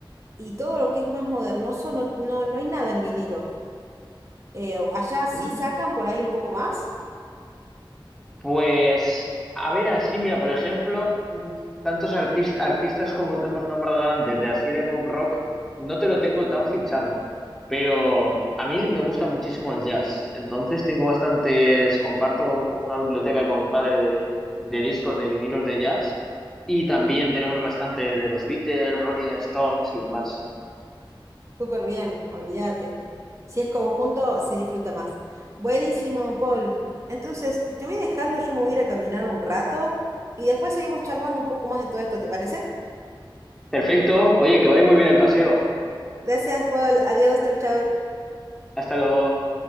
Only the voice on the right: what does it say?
y todo lo que es más modernoso, no, no, no hay nada en vinilo. Eh, allá sí
sacan por ahí un poco más.
Súper bien, olvídate. Si es conjunto, se disfruta más. Buenísimo, Paul. Entonces, te voy dejando, yo me voy a ir a caminar un rato y después seguimos charlando un poco más de todo esto, ¿te parece?
Gracias, Paul. Adiós, chau, chau.